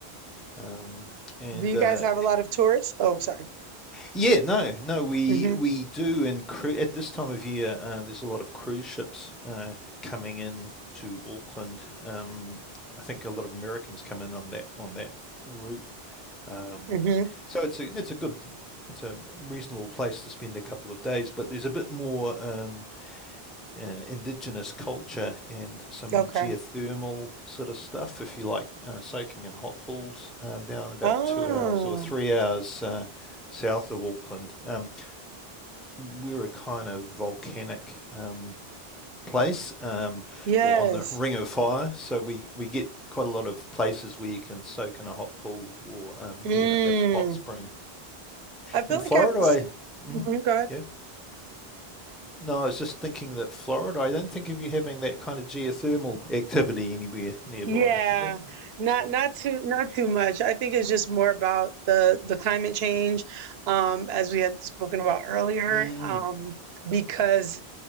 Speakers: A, in the centre; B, on the right.
A: Um, and
B: Do you
A: uh,
B: guys have a lot of tourists? Oh, sorry.
A: Yeah, no, no, we
B: Mm-hmm.
A: we do, and cru- at this time of year, uh, there's a lot of cruise ships uh, coming in to Auckland. Um, I think a lot of Americans come in on that on that route. Um,
B: Mm-hmm.
A: so it's a it's a good it's a reasonable place to spend a couple of days, but there's a bit more um, uh, indigenous culture and some
B: Okay.
A: geothermal sort of stuff if you like uh, soaking in hot pools uh, down about
B: Oh,
A: two hours or three hours uh, south of Auckland. Um, we're a kind of volcanic um, place um,
B: yes.
A: or on the ring of fire. So we, we get quite a lot of places where you can soak in a hot pool or um,
B: Mm.
A: you know have hot spring.
B: I feel
A: In
B: like
A: Florida,
B: I've,
A: I mm,
B: mm
A: go. No, I was just thinking that Florida. I don't think of you having that kind of geothermal activity anywhere nearby,
B: Yeah,
A: is it?
B: not not too not too much. I think it's just more about the the climate change, um, as we had spoken about earlier,
A: Mm,
B: um, because